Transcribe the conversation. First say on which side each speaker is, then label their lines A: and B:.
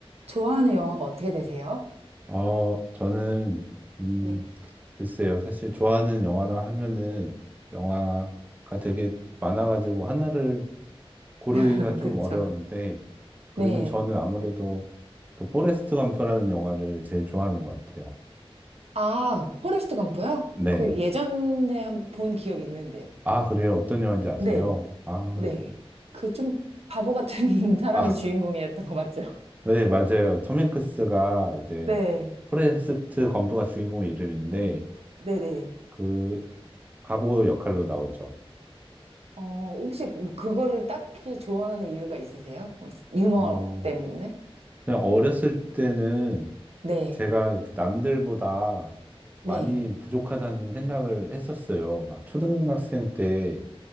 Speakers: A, on the right; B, on the right.
A: 좋아하는 영화가 어떻게 되세요?
B: 어, 저는, 음,
A: 네.
B: 글쎄요. 사실 좋아하는 영화라 하면은 영화가 되게 많아가지고 하나를 고르기가
A: <laughs>
B: 좀
A: 그쵸.
B: 어려운데, 그래도
A: 네.
B: 저는 아무래도 그 포레스트 검프라는 영화를 제일 좋아하는 것 같아요.
A: 아, 포레스트 검프요?
B: 네.
A: 그 예전에 한 본 기억 있는데.
B: 아, 그래요. 어떤 영화인지 아세요?
A: 네.
B: 아,
A: 네. 그 좀 바보 같은 <laughs> 사람이
B: 아,
A: 주인공이었던 거 맞죠?
B: <laughs> 네, 맞아요. 톰 행크스가 이제
A: 네.
B: 포레스트 검프가 주인공 이름인데,
A: 네네.
B: 그 바보 역할로 나오죠.
A: 어, 혹시 뭐 그거를 딱히 좋아하는 이유가 있으세요? 어, 유머
B: 어,
A: 때문에?
B: 그냥 어렸을 때는
A: 네.
B: 제가 이렇게 남들보다
A: 네.
B: 많이 부족하다는 생각을 했었어요. 막 초등학생 때